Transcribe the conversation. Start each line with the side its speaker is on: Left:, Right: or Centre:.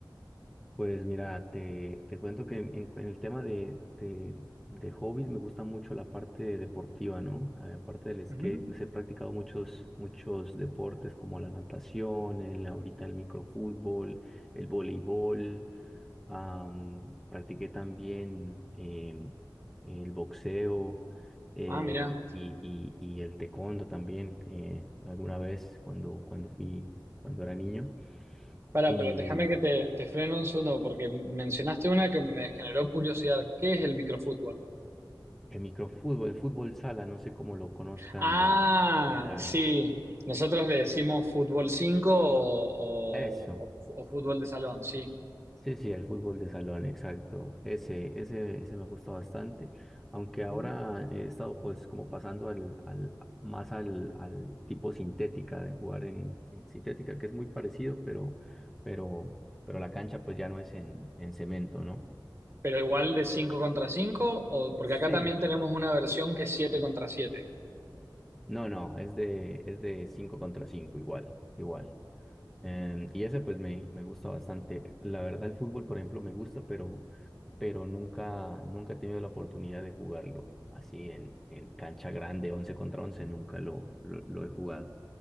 Centre: Pues mira, te, te cuento que en, en- en el tema de, de, de hobbies me gusta mucho la parte deportiva, ¿no? Eh, Aparte del skate,
Right: Ujú.
Centre: pues he practicado muchos, muchos deportes como la natación, el, ahorita el microfútbol, el voleibol. Am, practiqué también em, el boxeo eh,
Right: Ah, mirá.
Centre: y, y- y el taekwondo también eh, alguna vez cuando, cuando fui, cuando era niño.
Right: Para,
Centre: Y
Right: pero déjame que te, te freno un segundo porque mencionaste una que me generó curiosidad. ¿Qué es el microfútbol?
Centre: el microfútbol, el fútbol sala, no sé cómo lo conozcan
Right: Ah,
Centre: en general.
Right: sí. Nosotros le decimos fútbol 5 o,
Centre: Eso.
Right: o- o- o fútbol de salón, sí.
Centre: Sí, sí, el fútbol de salón, exacto. Ese, ese, ese me gusta bastante. Aunque
Right: Ujú.
Centre: ahora he estado pues como pasando al, al, más al, al tipo sintética de jugar en, en sintética, que es muy parecido, pero, pero, pero la cancha pues ya no es en, en cemento, ¿no?
Right: Pero igual de 5 contra 5 o, porque
Centre: Sí.
Right: acá también tenemos una versión que es siete contra 7.
Centre: No, no, es de, es de 5 contra cinco igual, igual. Em, y ese pues me, me gusta bastante. La verdad el fútbol, por ejemplo, me gusta, pero pero nunca, nunca he tenido la oportunidad de jugarlo así en, en cancha grande, 11 contra 11 nunca lo, lo, lo he jugado.